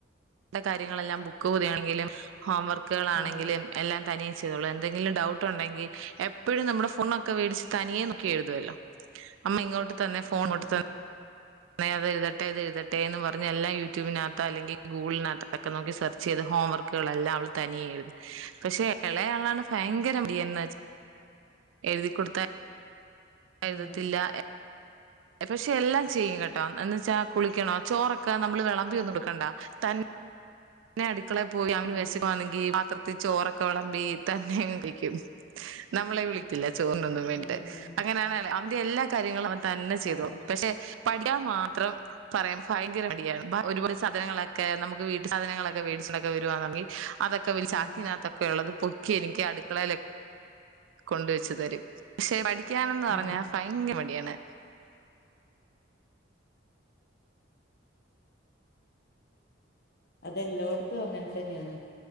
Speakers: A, on the right; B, on the left.
A: ടെ കാര്യങ്ങളെല്ലാം ബുക്ക് പൊതിയാണെങ്കിലും ഹോം വർക്ക്കളാണെങ്കിലും
B: ഉം
A: എല്ലാം തനിയേ ചെയ്തോളു, എന്തെങ്കിലും ഡൗട്ട് ഉണ്ടെങ്കി എപ്പഴും നമ്മുടെ ഫുണൊക്കെ വേടിച്ച് തനിയെ നൊക്കി എഴുതുവല്ലോ അമ്മ ഇങ്ങോട്ട് തന്നെ ഫോൺ
B: ഉം
A: ങ്ങോട്ട്
B: ഉം
A: ത ന്നെ അതെഴുതട്ടെ തെഴുതട്ടെ എന്നും പറഞ്ഞ് എല്ലാ യൂട്യൂബിനാത്തൊ അല്ലെങ്കി ഗൂഗിൾനാത്തൊക്കെ നോക്കി സെർ ചെയ്ത് ഹോം വർക്ക്കളെല്ലാം അവള് തനിയെഴുതും. പഷെ എളയാളാണ് ഫയങ്കരം <unintelligible>
B: ഉം
A: എഴുതിക്കൊട്ത്താ
B: ഉം
A: എഴ്തത്തില്ലാ എ പഷെ എല്ലാം ചെയ്യും കേട്ടോ, എന്ന് വെച്ചാ കുളിക്കണോ ചോറൊക്കെ നമ്മള് വെളമ്പി ഒന്നും ടുക്കണ്ട ത ന്നെ അട്ക്കളെ പോയി അവന്
B: ഉം
A: വെശ വാണെങ്കീ പാത്രത്തിൽ ചോറൊക്കെ വെളമ്പി തന്നെ കിയ്ക്കും. നമ്മളെ വിളിയ്ക്കില്ല ചോർനൊ <unintelligible>
B: ഉം ഉം
A: അങ്ങനെയാണയാള് അവന്റെ എല്ലാ കാര്യങ്ങളും അവൻ തന്നെ ചെയ്തോളും
B: ആഹ്
A: പഷെ പഠിക്കാൻ മാത്രം പറയാം ഫയങ്കര മടിയാണ്. ഒരുപാട് സാധനങ്ങളൊക്കെ നമുക്ക് വീട്ടി സാധങ്ങളൊക്കെ വേടിച്ചിണ്ടൊക്കെ വെരുവാണെങ്കി അതൊക്കെവര് ചാക്കിലാ
B: ഉം
A: ഒക്കെള്ളത് പൊക്കി എനിയ്ക്ക് അട്ക്കളേല് കൊണ്ടുവെച്ച് തരും. ഷെ പഠിയ്ക്കാനെന്ന് പറഞ്ഞാ
B: ഉം
A: ഫയങ്ക മടിയാണ്.
B: അതെല്ലോട്ത്തും അങ്ങെൻ തന്ന്യാണ്.